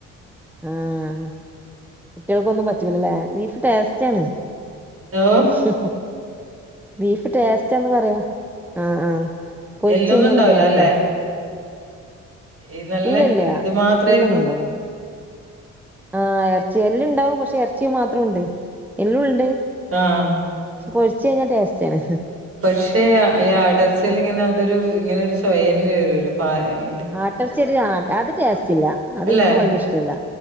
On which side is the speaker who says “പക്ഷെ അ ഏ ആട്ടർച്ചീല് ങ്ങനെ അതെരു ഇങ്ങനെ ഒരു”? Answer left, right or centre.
Right